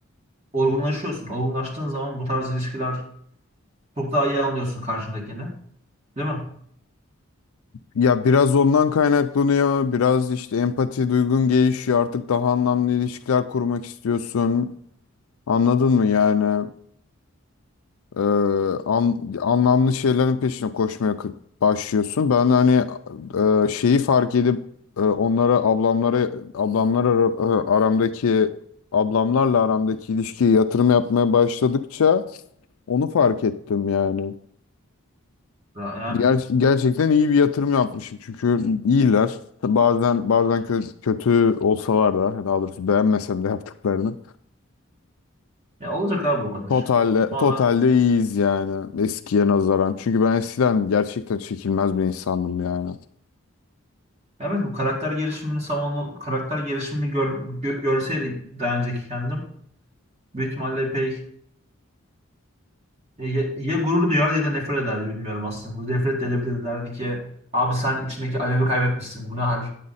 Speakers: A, on the right (about 30°); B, on the left (about 80°).
A: olgunlaşıyorsun. Olgunlaştığın zaman bu tarz ilişkiler çok daha iyi anlıyorsun karşındakini. Değil mi?
B: Ya biraz ondan kaynaklanıyor. Biraz işte empati duygun gelişiyor. Artık daha anlamlı ilişkiler kurmak istiyorsun. Anladın mı yani? Ee, an- anlamlı şeylerin peşine koşmaya kı- başlıyorsun. Ben de hani e, şeyi fark edip e, onlara ablamlara ablamlar ara- e, aramdaki ablamlarla aramdaki ilişkiye yatırım yapmaya başladıkça onu fark ettim yani.
A: Ya- Yani.
B: Ger- gerçekten iyi bir yatırım yapmışım çünkü iyiler. Bazen bazen kö- kötü olsalar da daha doğrusu beğenmesem de yaptıklarını.
A: Ya olacak abi o kadar.
B: Totalde,
A: Tamamen
B: totalde iyiyiz yani eskiye nazaran. Çünkü ben eskiden gerçekten çekilmez bir insandım yani.
A: Evet bu karakter gelişimini zamanla karakter gelişimini gör, gö- görseydi daha önceki kendim büyük ihtimalle epey Ya, ya gurur duyar ya da nefret ederdi bilmiyorum aslında. Nefret de edebilirdi derdi ki abi sen içindeki alevi kaybetmişsin bu ne hal?